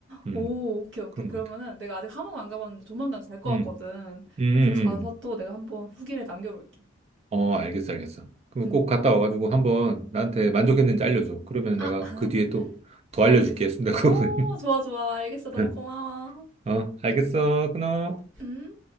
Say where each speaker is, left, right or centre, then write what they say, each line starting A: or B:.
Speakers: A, on the right; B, on the right.
A: 음,
B: 오 오케이, 오케이.
A: 그런
B: 그러면은
A: 것 같아.
B: 내가 아직 하모안 가봤는데 조만간 갈 것
A: 음,
B: 같거든.
A: 음, 음,
B: 그래서 가서
A: 음.
B: 또 내가 한번 후기를 남겨볼게.
A: 어, 알겠어, 알겠어. 그럼
B: 음.
A: 꼭 갔다 와가지고 한번 나한테 만족했는지 알려줘. 그러면
B: 아
A: 내가 그 뒤에 또 더 알려줄게,
B: 알겠어.
A: 순댓국은.
B: 오 좋아, 좋아. 알겠어. 너무
A: <laughs>
B: 고마워.
A: 어, 알겠어, 끊어.
B: 음.